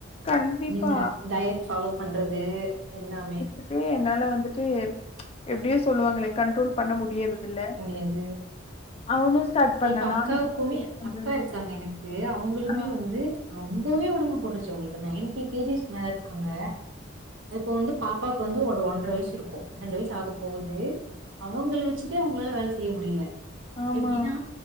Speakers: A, on the left (about 30°); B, on the right (about 65°).
A: கண்டிப்பா
B: நீங்க டயட் ஃபாலோ பண்றது எல்லாமே
A: இதே என்னால வந்துட்டு எப்படியோ சொல்லுவாங்களே கண்ட்ரோல் பண்ண முடியறதுல்ல
B: எது
A: அவனு ஸ்டார்ட் பண்ணா
B: இப்ப அக்காவுக்குமே
A: நானு பண்றே
B: அக்கா இருக்காங்க எனக்கு அவுங்களுமே
A: ஆ
B: வந்து ரொம்பவே உடம்பு போட்ருச்சு அவுங்களுக்கு நைன்டி கே ஜி் ஸ் மேல இருக்காங்க இப்ப வந்து பாப் பாக்கு வந்து ஒரு ஒன்ற வயசு இருக்கு ரெண்டு வயசு ஆக போகுது அவங்கள வச்சுட்டே அவங்களால வேல செய்ய முடில
A: ஆமா
B: எப்படின்னா